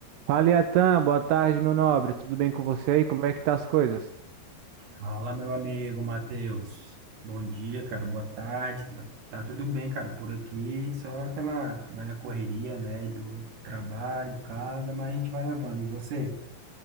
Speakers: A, on the right; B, on the right.
A: Fala, Iatan, boa tarde, meu nobre. Tudo bem com você aí? Como é que tá as coisas?
B: Fala, meu amigo Matheus. Bom dia, cara. Boa tarde. Tá tá tudo bem, cara, por aqui. Só aquela velha correria, né? e Do trabalho, casa, mas a gente vai levando. E você?